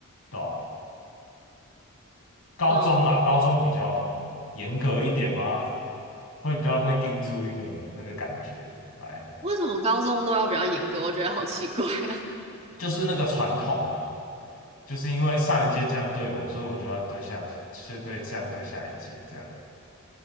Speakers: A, on the left; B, on the right.
A: 对啊，高中啦，
B: <laughs> 嗯，
A: 高中比较严格一点嘛，会比较会盯出一个那个感觉来，
B: 为什么高中都要比较严格？我觉得好奇怪啊。
A: 就是那个传统啊，就是因为上一届这样对我，所以我就要对下，是对这样对下一届这样。